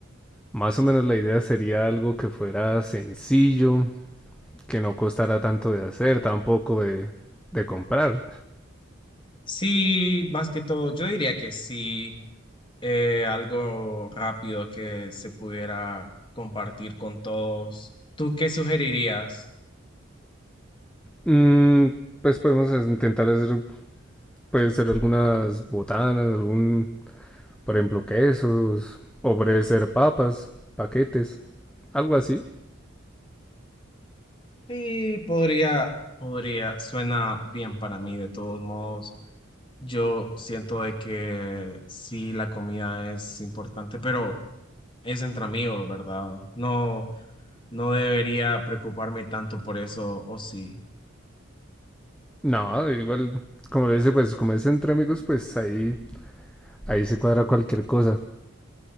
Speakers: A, in the centre; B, on the left (about 25°).
A: más o menos la idea sería algo que fuera sencillo, que no costara tanto de hacer, tampoco de, de comprar.
B: Sí, más que todo, yo diría que sí eh, algo rápido que se pudiera compartir con todos. ¿Tú qué sugerirías?
A: Mm, pues podemos intentar hacer, puede ser algunas botanas, algún, por ejemplo, quesos, o puede ser papas, paquetes, algo así.
B: Sí, podría, podría, suena bien para mí de todos modos. Yo siento de que sí, la comida es importante, pero es entre amigos, ¿verdad? No, no debería preocuparme tanto por eso, o sí.
A: No, igual, como le dice, pues como es entre amigos, pues ahí, ahí se cuadra cualquier cosa.